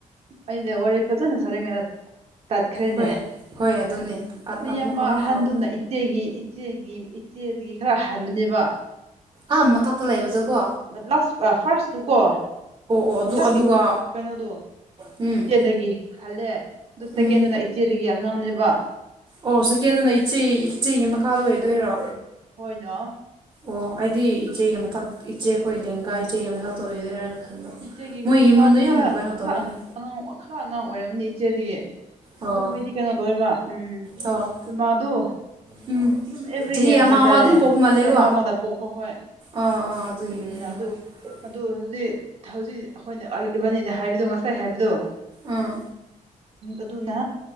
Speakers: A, on the right; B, on the right.
A: ꯑꯩꯅ ꯋꯥꯔꯤ ꯐꯖꯅ ꯁꯥꯔꯦꯡꯉꯩꯗ ꯇꯠꯈ꯭ꯔꯦꯅꯦ
B: ꯍꯣꯏ ꯍꯣꯏ ꯑꯗꯨꯅꯦ
A: ꯃꯤꯌꯥꯝꯕ
B: ꯑꯃꯨꯛ ꯑꯃꯨꯛ
A: ꯑꯍꯟꯗꯨꯅ
B: ꯍꯥꯎ
A: ꯏꯆꯦꯒꯤ ꯏꯆꯦꯒꯤ ꯏꯆꯦꯗꯒꯤ ꯈꯔ ꯍꯟꯕꯅꯦꯕ
B: ꯑꯥ ꯃꯊꯛꯇ ꯂꯩꯕꯗꯨꯀꯣ
A: ꯂꯥꯁ ꯑꯥ ꯐꯥꯔꯁ ꯇꯨ ꯀꯣ
B: ꯑꯣ ꯑꯗꯨ
A: ꯃꯊꯛꯀꯤ
B: ꯑꯗꯨꯒ
A: ꯀꯩꯅꯣꯗꯨ
B: ꯎꯝ
A: ꯏꯆꯦꯗꯒꯤ ꯍꯜꯂꯦ ꯑꯗꯨ ꯁꯦꯀꯦꯟꯗꯨꯅ
B: ꯎꯝ
A: ꯏꯆꯦꯗꯒꯤ ꯑꯉꯥꯡꯅꯦꯕ
B: ꯑꯣ ꯁꯀꯦꯟꯗꯨꯅ ꯏꯆꯦ ꯏꯆꯦꯒꯤ ꯃꯈꯥ ꯑꯣꯏꯗꯣꯏꯔꯣ
A: ꯍꯣꯏꯅꯣ
B: ꯑꯣ ꯑꯩꯗꯤ ꯏꯆꯦꯒꯤ ꯃꯊꯛ ꯏꯆꯦ ꯑꯩꯈꯣꯏ ꯂꯦꯡꯒꯥ ꯏꯆꯦꯒꯤ ꯃꯊꯛꯇ ꯑꯣꯏꯗꯣꯏꯔꯥꯅ ꯍꯂꯣ
A: ꯏꯆꯦꯒꯤ
B: ꯃꯣꯢ
A: ꯃꯈꯥꯅꯤ
B: ꯌꯨꯝꯂꯣꯝꯗ ꯌꯥꯝ
A: ꯈꯔ
B: ꯀꯩꯅꯣ ꯇꯧꯌꯦꯅ
A: ꯈꯔ ꯑꯉꯥꯡ ꯈꯔ ꯑꯉꯥꯡ ꯑꯣꯏꯔꯝꯒꯅꯤ ꯏꯆꯦꯗꯒꯤ
B: ꯑꯣ
A: ꯑꯗꯨ ꯃꯣꯏꯗꯤ ꯀꯩꯅꯣ ꯇꯧꯋꯦꯕ ꯎꯝ
B: ꯑꯣ
A: ꯎꯝ ꯃꯗꯨ
B: ꯎꯝ
A: ꯑꯗꯨꯝ ꯑꯦꯚ꯭ꯔꯤ
B: ꯆꯍꯤ
A: ꯏꯌꯥꯔ
B: ꯑꯃ
A: ꯍꯥꯏꯕ
B: ꯑꯃ
A: ꯇꯥꯔꯦꯅꯦ
B: ꯑꯗꯨꯝ ꯄꯣꯛꯄ ꯃꯥꯜꯂꯦꯀꯣ
A: ꯆꯍꯤ ꯑꯃ ꯑꯃꯗ ꯄꯣꯛꯄ ꯍꯣꯏ
B: ꯑꯥ ꯑꯥ ꯑꯗꯨꯒꯤ
A: ꯑꯗꯨꯒꯤꯅꯤꯅ
B: ꯑꯣꯢꯔꯝꯅꯤ
A: ꯑꯗꯨ
B: ꯍꯣꯢ
A: ꯑꯗꯨ ꯑꯣꯢꯔꯗꯤ ꯍꯧꯖꯤꯛ ꯍꯧꯖꯤꯛ ꯑꯩꯈꯣꯏꯅ ꯏꯕꯥꯅꯤꯅ ꯍꯥꯏꯕꯗꯨ ꯉꯁꯥꯏ ꯍꯥꯏꯕꯗꯨ
B: ꯑꯥ
A: ꯑꯗꯨꯅ